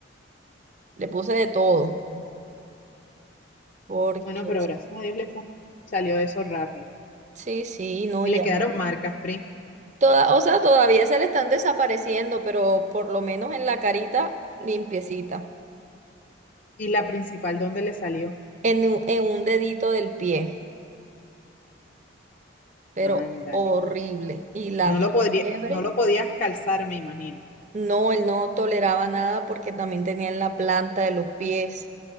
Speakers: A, on the right (about 40°); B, on the left (about 45°).
A: Le puse de todo.
B: Ujú.
A: Porque
B: Bueno, pero gracias a Dios le funcionó, salió de eso rápido.
A: sí, sí, no,
B: Y
A: y
B: le
A: ya.
B: quedaron
A: no.
B: marcas, Pri.
A: Toda, o sea, todavía se le están desapareciendo, pero por lo menos en la carita limpiecita.
B: Y la principal, ¿dónde le salió?
A: En un, en un dedito del pie. Pero
B: Ándale.
A: horrible. Y la
B: Y No lo podría,
A: fiebre.
B: no lo podías calzar, me imagino.
A: No, él no toleraba nada porque también tenía en la planta de los pies,